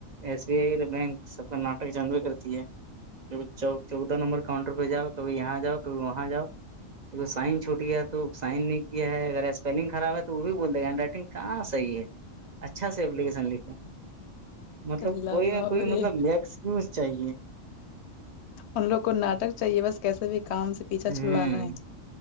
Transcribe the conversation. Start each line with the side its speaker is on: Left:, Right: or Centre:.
Right: ایس بی آئی بینک سب کا ناٹک جانوے کرتی ہے چوک چودہ نمبر کاؤنٹر پہ جاؤ کبھی یہاں جاؤ کبھی وہاں جاؤ د سائن چھوٹ گیا تو سائن نہیں کیا ہے اگر اسپیلنگ خراب ہے تو وہ بھی بول دے گا ہینڈ رائٹنگ کہاں صحیح ہے اچھا سا اپلیکیشن لکھو مطلب
Left: اللہ
Right: کوئی
Left: بابرے
Right: نہ کوئی مطلب ایکسکیوز چاہیے
Left: ان لوگ کو ناٹک چاہیے بس کیسے بھی کام سے پیھا
Right: ہ
Left: چھڑوانا ہے